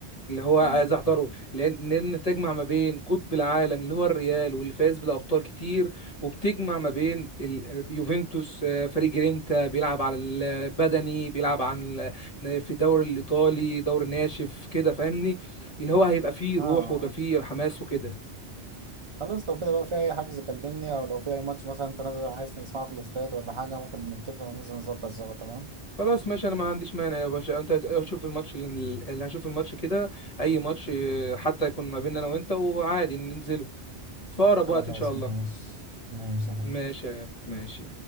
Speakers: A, on the left; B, on the right.
A: اللي هو عايز
B: مم.
A: احضره لان لان تجمع ما بين قطب العالم اللي هو الريال واللي فاز بالابطال كتير وبتجمع ما بين ال- يوفنتوس آه، فريق جرينتا بيلعب على البدني بيلعب عن ال- في الدوري الايطالي دوري ناشف كده فاهمني اللي هو هيبقى فيه
B: اه
A: روح ويبقى فيه حماس وكده
B: خلاص لو كده بقى في اي حجز كلمني او لو في اي ماتش مثلا انت نازل عايز تسمعه في الاستاد ولا حاجه ممكن نتفق وننزل نظبط سوا تمام
A: خلاص ماشي انا ما عنديش مانع يا باشا انت شوف الماتش اللي اللي هشوف الماتش كده اي ماتش آه، حتى يكون ما بيننا انا وانت وعادي ننزله في اقرب وقت
B: خلاص
A: ان شاء الله
B: ماشي ماشي يا حبيبي.
A: ماشي يا غالي، ماشي